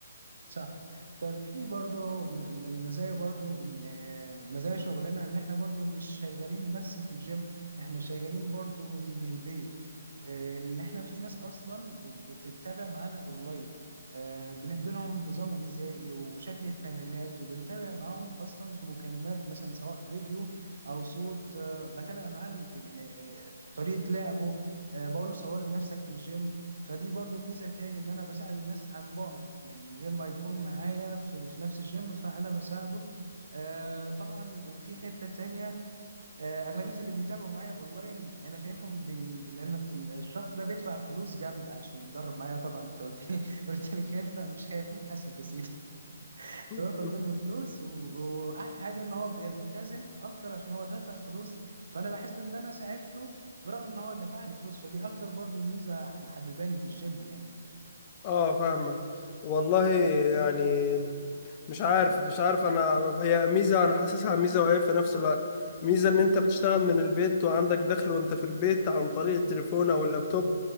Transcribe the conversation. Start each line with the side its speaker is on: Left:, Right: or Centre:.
Right: صح طيب في برضو ال- ال- المزايا برضو ان آه، مزايا شغلنا ان احنا برضو مش شغالين بس في الجيم احنا شغالين برضو من البيت ان احنا في ناس اصلا بتتابع معانا اونلاين آه، بنديلهم نظام غذائي وشكل التمرينات وبنتابع معاهم اصلا في مكالمات مثلا سواء فيديو او صوت آه، بتابع معاه ال- يعني آه، طريقة لعبه آه، بقول له صوري نفسك في الجيم فدي برضو ميزة تاني ان انا بساعد الناس عن بعد يعني من غير ما يكون معايا في, في نفس الجيم فانا بساعده آه، طبعا وفي حتة تانية آه، اغلبيه اللي بيتابعوا معايا اونلاين انا شايفهم بي... لان ال- الشخص ده بيدفع فلوس جامده عشان يتدرب معايا طبعا انت قلت لي <laughs> قلت لي خايف لا مش خايف من حسد يا سيدي <laughs>
Left: <laughs>
Right: باخد منه فلوس و... واحلى حاجه ان هو بيلتزم اكتر عشان هو دافع فلوس فانا بحس ان انا ساعدته برغم ان هو دفع لي فلوس فدي اكتر برضو ميزه محبباني في الجيم يعني
Left: اه فاهمك والله يعني مش عارف مش عارف انا هي ميزه انا حاسسها ميزه وعيب في نفس الوقت ميزه ان انت بتشتغل من البيت وعندك دخل وانت في البيت عن طريق التليفون او اللابتوب